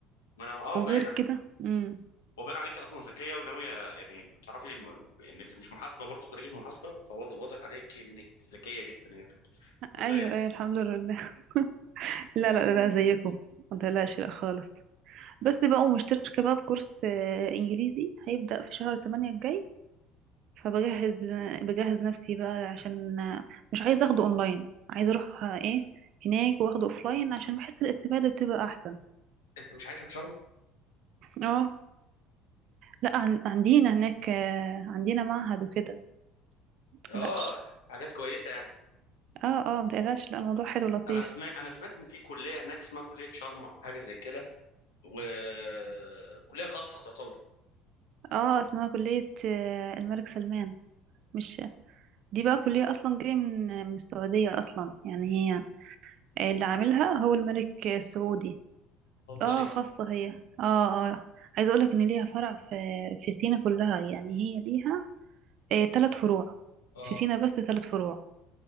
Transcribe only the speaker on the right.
وغير
كده امم
ايوه
ايوه الحمد لله <laughs> لا لا لا زيكم ما تقلقش لا خالص بس بقى ومشتركه بقى في كورس آه، انجليزي هيبدأ في شهر 8 الجاي فبجهز بجهز نفسي بقى عشان آه، مش عايزه اخده اونلاين عايزه اروح آه، ايه هناك واخده اوفلاين عشان بحس الاستفادة بتبقى احسن
اه لا عن- عندنا هناك آه، عندنا معهد وكده متقلقش
اه اه متقلقش لا الموضوع حلو لطيف
اه اسمها كلية آه، الملك سلمان مش دي بقى كلية أصلا جاية من من السعودية أصلا يعني هي اللي عاملها هو الملك السعودي
اه خاصة هي اه اه عايزة أقولك إن ليها فرع في في سينا كلها يعني هي ليها آه تلات فروع
في سينا بس تلات فروع